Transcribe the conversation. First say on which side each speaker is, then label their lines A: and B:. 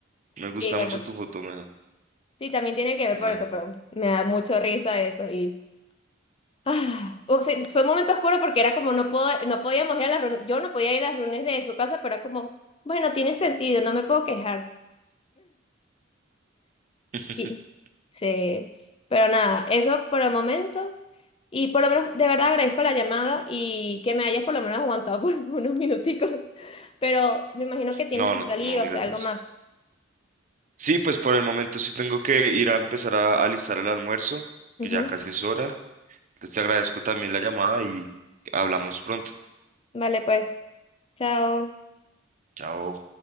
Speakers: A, on the right; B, on the left.
A: Me gusta
B: sí, bueno,
A: mucho tu foto, me da-
B: sí, también tiene que ver
A: me
B: por
A: da
B: eso,
A: un-
B: pero me da mucho risa eso y... Ah, o sea, fue un momento oscuro porque era como no puedo, no podíamos ir a las reuniones, yo no podía ir a las reuniones de su casa, pero era como, bueno, tiene sentido, no me puedo quejar.
A: <laughs>
B: Y, sí, pero nada, eso por el momento. Y por lo menos, de verdad agradezco la llamada y que me hayas por lo menos aguantado por <laughs> unos minuticos. Pero me imagino que tienes
A: No,
B: que
A: no,
B: salir,
A: no
B: o
A: digas
B: sea, algo
A: eso.
B: más.
A: Sí, pues por el momento sí tengo que ir a empezar a alistar el almuerzo,
B: Ujú.
A: que ya casi es hora. Pues te agradezco también la llamada y hablamos pronto.
B: Vale, pues, chao.
A: Chao.